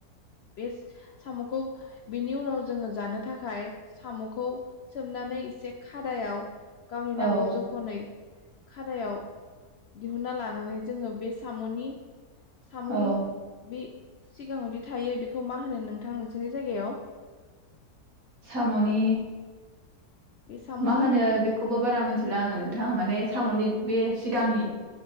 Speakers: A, on the left; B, on the right.
A: बे साम'खौ बिनि उनाव जोङो जानो थाखाय साम'खौ सोमनानै एसे खादायाव गावनि नांगौ
B: औ
A: जखनै खादायाव दिहुनना लानानै जोङो बे सामनि साम'नि
B: औ
A: बे सिगाङावदि थायो बेखौ मा होनो नोंथां नोंसिनि जायगायाव?
B: साम'नि
A: बे साम'नि
B: मा होनो बेखौबो बारा मिथिला आङो नोंथां। माने साम'नि बे सिगांनि